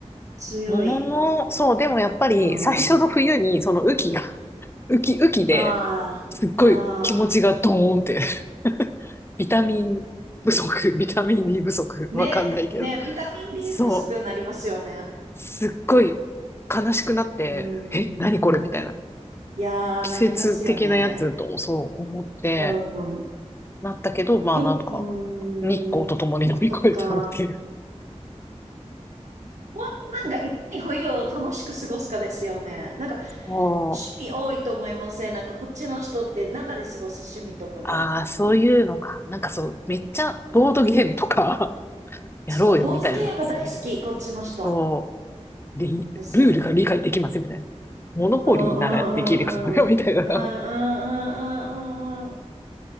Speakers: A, on the right; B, on the left.
A: 強い。
B: ものの、そう、でもやっぱり最初の冬にその雨季が、
A: うん。あ
B: <laughs> 雨季、雨季で、
A: あ。
B: すっごい気持ちがドーンって
A: ああ。
B: <laughs> ビタミン不足、ビタミン D 不足、
A: ね。
B: わかんないけど。
A: ね。ビタミン D
B: そう。
A: 不足になりますよね。
B: すっごい悲しくなって、
A: うん。
B: え、何これみたいな。
A: いやー、
B: 季節的なやつと、
A: なりますよね。
B: そう思って、
A: うん。
B: なったけど、まあなんか、
A: よ、うーん。
B: 日光と共に乗り越えたっていう。
A: そっか。ほんとなんか、いかに冬を楽しく過ごすかですよね。なんか、趣
B: もう、
A: 味多いと思いませんなんか、こっちの人って中で過ごす趣味とかが。
B: ああ、そういうのか。なんかそう、めっちゃボードゲームとかやろうよみたいなんですよ。
A: そう、ボードゲーム大好き、こっちの人。
B: そう、リ、
A: ですよね。
B: ルールが理解できませんみたいな。モノポリーならできるからよみたいな。
A: うんうんうんうん。うんうんうんうんうんうん。